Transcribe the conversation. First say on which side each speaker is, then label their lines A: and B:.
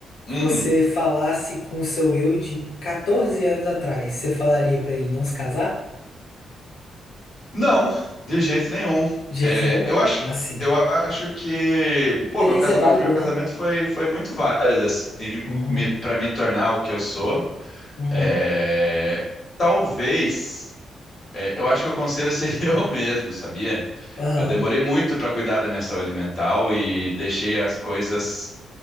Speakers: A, on the left; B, on the left.
A: Uhum.
B: você falasse com o seu eu de 14 anos atrás, você falaria pra ele não se casar?
A: Não, de jeito nenhum.
B: De jeito
A: É,
B: nenhum?
A: eu acho,
B: Assim.
A: eu acho que,
B: Experiência
A: pô, meu casa,
B: válida,
A: meu primeiro casamento
B: né?
A: foi, foi muito válido, assim,
B: Uhum.
A: me, para me tornar o que eu sou.
B: Uhum.
A: É, talvez, é, eu acho que o conselho <laughs> seria o mesmo, sabia?
B: Aham.
A: Eu demorei muito para cuidar da minha saúde mental e deixei as coisas,